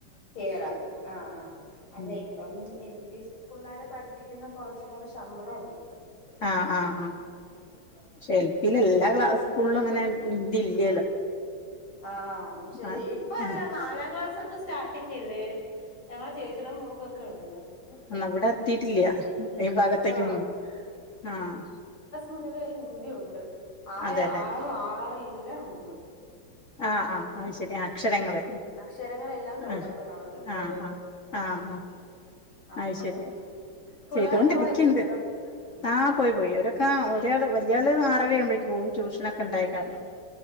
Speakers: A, on the left; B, on the left.
A: കേറാം ആഹ് ആഹ് അല്ല
B: ഉം
A: അപ്പം എൽ പി പിള്ളേരെ പഠിപ്പിക്കുന്ന കുറച്ചും കൂടെ ശമ്പളം ഉണ്ടല്ലോ
B: ആഹ് ആഹ് ആഹ് പക്ഷെ എൽ പിയില എല്ലാ ക്ലാസ്കിലും അങ്ങനെ ഹിന്ദി ഇല്ലല്ലോ
A: ആഹ് അത് ശരിയ
B: ആഹ്
A: ഇപ്പ
B: ആഹ്
A: അല്ല നാലാം ക്ലാസ് തൊട്ട് സ്റ്റാർട്ടിങ്ല്ലേ ഞങ്ങ ചേച്ചിയുടെ മൂക്കൊക്കെ ഉണ്ട്
B: എന്ന അവിടെ എത്തിട്ടില്ല ഈ ഭാഗത്തേക്കൊന്നും
A: ആഹ്
B: ആഹ്
A: മുതൽ ഹിന്ദി ഉണ്ട് ആഹ്
B: അതെല്ലേ
A: ആയ ആല്ല ഉണ്ട്
B: ആഹ് ആ്ഹ് അത് ശരി ആഹ് അക്ഷരങ്ങള്
A: അക്ഷരങ്ങളെല്ലാം തുടങ്ങുന്നു
B: ആഹ്
A: അവർക്ക് ഇപ്പോഴേ
B: ആഹ് ആഹ് ആഹ് ആഹ്
A: അതുകൊണ്ട്
B: അയ്ശരി
A: പിള്ളേര്
B: ചെയ്തോണ്ട്
A: പോയോ
B: ഇരിക്കണ്ട്.
A: ചേച്ചിടെ
B: ആഹ് പോയി പോയി അവരൊക്കെ ഒരാള് വല്യാള് ആറരഴുമ്പോഴേക്ക് പോകും, ട്യൂഷനൊക്കെ ഉണ്ടായ കാരണം.